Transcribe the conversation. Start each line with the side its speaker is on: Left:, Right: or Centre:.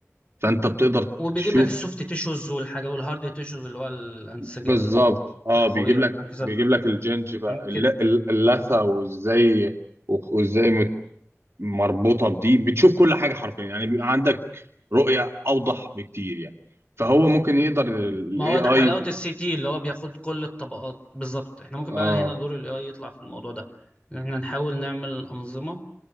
Right: فانت بتقدر
Left: وبيجيب
Right: تشوف
Left: لك السوفت تيشوز والحاجه والهارد تيشوز اللي هو الانسجه
Right: بالظبط اه
Left: الرخويه
Right: بيجيب لك
Left: والانكسار
Right: بيجيب لك الجنج بقى
Left: يمكن
Right: الل- الل- اللثه وازاي وازاي مربوطه بدي بتشوف كل حاجه حرفيا يعني بيبقى عندك رؤيه اوضح بكتير يعني فهو ممكن يقدر الاي
Left: ما هو ده
Right: اي
Left: حلاوة السي تي اللي هو بياخد كل الطبقات بالظبط احنا ممكن
Right: اه
Left: بقى هنا دور الاي اي يطلع في الموضوع ده ان احنا نحاول نعمل أنظمة